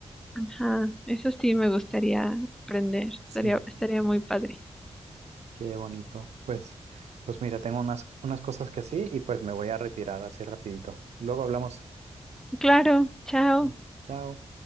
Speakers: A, in the centre; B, on the right (about 75°).
A: Ajá, eso sí me gustaría aprender, estaría,
B: Sí,
A: estaría muy padre.
B: qué bonito. Pues, pues mira, tengo unas, unas cosas que sí y pues me voy a retirar así rapidito. Luego hablamos.
A: Claro, chao.
B: Sí, Chao.